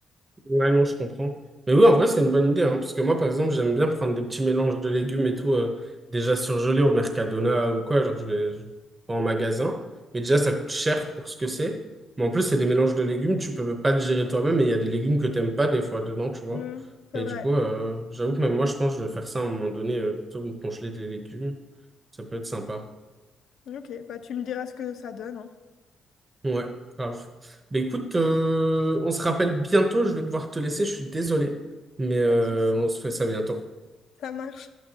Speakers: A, on the right; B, on the left.
A: Ouais, non, je comprends. Mais oui, en vrai, c'est une bonne idée, hein, parce que moi, par exemple, j'aime bien prendre des petits mélanges de légumes et tout, euh, déjà surgelés au Mercadona ou quoi, genre je vais, je vais en magasin, mais déjà, ça coûte cher pour ce que c'est. Mais en plus, c'est des mélanges de légumes, tu peux pas le gérer toi-même, et il y a des légumes que t'aimes pas des fois dedans, tu vois.
B: Mm, c'est
A: Et
B: vrai.
A: du coup, euh, j'avoue que même moi, je pense que je vais faire ça à un moment donné, euh, plutôt que de congeler des légumes, ça peut être sympa.
B: Ok, bah tu me diras ce que ça donne, hein.
A: Ouais, grave. Mais écoute, euh, on se rappelle bientôt, je vais devoir te laisser, je suis désolé, mais euh,
B: Pas de souci.
A: on se fait ça bientôt.
B: Ça marche.